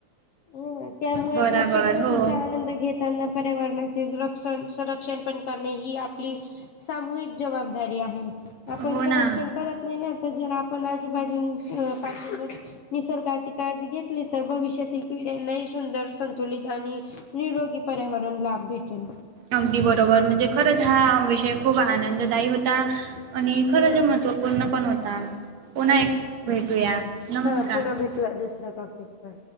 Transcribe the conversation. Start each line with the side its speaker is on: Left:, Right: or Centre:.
Left: हो ना, त्यामुळे
Right: बराबर
Left: प्रत्येक ऋतूचा
Right: हो
Left: आनंद घेतांना पर्यावरणाचे रक्षण, संरक्षण पण करणे, ही आपली सामूहिक जबाबदारी आहे आपण
Right: हो
Left: सरक्षणत
Right: ना.
Left: करत नाही ना त पण आजूबाजून पा <unintelligible> निसर्गाची काळजी घेतली तर भविष्यातील पिढ्यांनाही सुंदर संतुलित आणि निरोगी पर्यावरण लाभ भेटेल.
Right: अगदी बरोबर म्हणजे खरंच हा विषय खूप आनंददायी होता. आणि खरं
Left: हा
Right: ज महत्त्वपूर्ण पण होता पुन्हा
Left: हा
Right: एक भेटूया नमस्कार.
Left: हां पुन्हा दुसऱ्या टॉपिक वर.